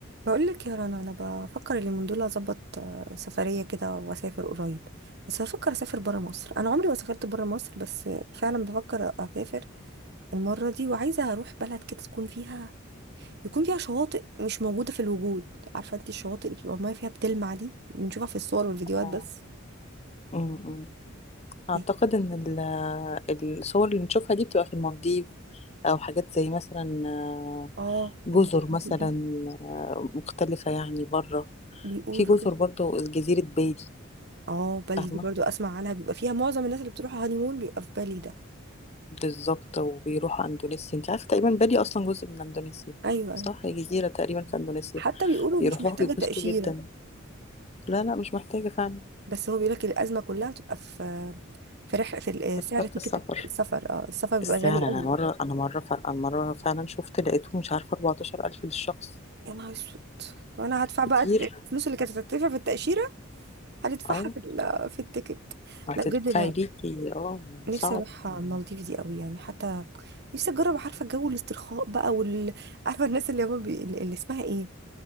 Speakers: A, on the right; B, on the left.
A: بقول لك يا رنا انا بفكر اليومين دول اظبط آه، سفريه كده واسافر قريب بس بفكر اسافر بره مصر انا عمري ما سافرت بره مصر بس آه، فعلا بفكر اسافر المره دي وعايزه اروح بلد كده تكون فيها يكون فيها شواطئ مش موجوده في الوجود عارفه انت الشواطئ اللي بتبقى الميه فيها بتلمع دي بنشوفها في الصور والفيديوهات
B: اه
A: بس
B: أمم. اعتقد
A: يعني
B: ان ال- الصور اللي بنشوفها دي بتبقى في المالديف او حاجات زي مثلا آه،
A: اه
B: جزر
A: المالديفز
B: مثلا
A: دي
B: آه، مختلفة يعني بره
A: بيقولوا
B: في جزر
A: كده
B: برضه جزيرة بالي
A: اه بالي
B: فاهمة
A: دي برضو اسمع عنها بيبقى فيها معظم الناس اللي بتروح هانيمون بيبقى في بالي ده
B: بالظبط وبيروحوا اندونيسيا انت عارفة تقريبا بالي اصلا جزء من اندونيسيا
A: ايوه
B: صح
A: ايوه
B: هي جزيرة تقريبا في اندونيسيا
A: حتى بيقولوا
B: بيروحوها
A: مش محتاجه
B: بيتبسطوا
A: تاشيره
B: جدا لا لا مش محتاجة فعلا
A: بس هو بيقولك الأزمة كلها بتبقى في في رح... في ال-
B: تذكرة
A: سعر تيكت
B: السفر
A: السفر اه السفر بيبقى
B: السعر
A: غالي قوي
B: انا مرة انا مرة ف- أنا مرة فعلا شفت لقيته مش عارفة 14000 للشخص
A: يا نهار اسود طب انا هدفع بقى
B: كتير
A: الفلوس اللي كانت هتدفع في التأشيرة هندفعها
B: اه
A: في ال... في التيكت
B: هتدفعي
A: لا بجد انا
B: ليكي اه
A: نفسي
B: صعب
A: اروح المالديف
B: يعني
A: دي قوي يعني حتى نفسي اجرب عارفة جو الاسترخاء بقى وال عارفة الناس اللي هم بي... اللي اسمها ايه